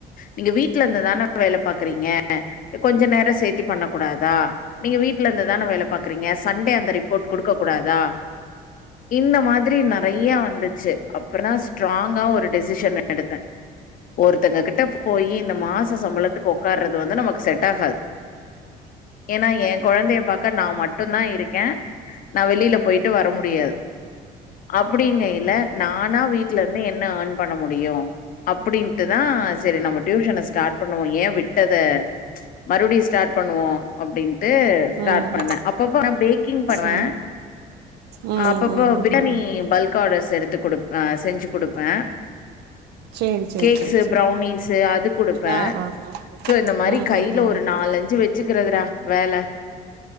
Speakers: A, on the left (about 55°); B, on the right (about 80°).
A: நீங்க வீட்டு்ல இருந்துதான வேல பாக்குறீங்க கொஞ்சோ நேரோ சேத்தி பண்ண கூடாதா நீங்க வீட்டுல இருந்துதான வேல பாக்குறீங்க சண்டே அந்த ரிப்போர்ட் குடுக்க கூடாதா இந்த மாரி நறைய வந்துச்சி அப்பர்தா ஸ்ட்ராங்கா ஒரு டிசிஷன் எடுத்தே ஒருத்தங்க கிட்ட போய் இந்த மாச சம்பளத்துக்கு உக்காறது வந்து நமக்கு செட் ஆகாது ஏன்னா என் கொழந்தைய பாக்க நா மட்டு தா இருக்கே நா வெளியில போயிட்டு வர முடியாது அப்டிங்கைல நானா வீ ட்ல இருந்து என்ன ஆர்ன் பண்ண முடியு அப்டின்ட்டுதா செரி நம்ம டியூஷன ஸ்டார்ட் பண்ணுவோ ஏ விட்டத மறுபுடியு ஸ்டார்ட் பண்ணுவோ அப்டின்ட்டு ஸ்டார்ட்
B: ம் ம்
A: பண்ணே அப்பப்ப நா பேக்கிங் பண்ணுவே
B: ம் ம்
A: அப்பப்போ
B: ம் ம்
A: பிரியாணி
B: ம் ம்
A: பல்க் ஆர்டர்ஸ் எடுத்து குடு செஞ்சி குடுப்பே
B: சேரி சேரி
A: கேக்ஸு
B: சேரி சேரி
A: ப்ரௌனிஸு அது குடுப்பே
B: ஆ ஆ ஆ
A: சோ இந்த மாரி
B: ம் ம்
A: கையில
B: ம்
A: ஒரு
B: ம்
A: நால்
B: ம்
A: அஞ்சி வெச்சிக்கருதுடா வேல